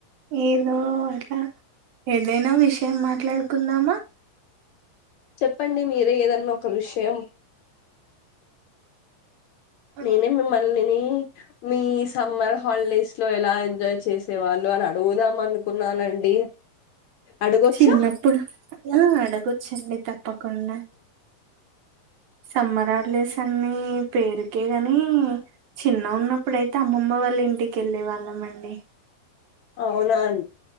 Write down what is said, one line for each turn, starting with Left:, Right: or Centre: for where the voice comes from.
Right: ఏదో అట్లా ఏదైనా విషయం మాట్లాడుకుందామా
Left: చెప్పండి మీరే ఏదన్నా ఒక విషయం
Right: ఆ,
Left: నేనే మిమ్మలని మీ సమ్మర్ హాలిడేస్ లో ఎలా ఎంజాయ్ చేసే వాళ్ళు అని అడుగుదాం అనుకున్నానండి అడగొచ్చా
Right: చిన్నప్పుడు ఆ అడగొచ్చండి తప్పకుండా సమ్మర్ హాలిడేస్ అతన్ని పేరుకే గాని చిన్నగా ఉన్నప్పుడైతే అమ్మమ్మ వాళ్ళ ఇంటికి వెళ్ళే వాళ్ళం అండి
Left: అవునా అన్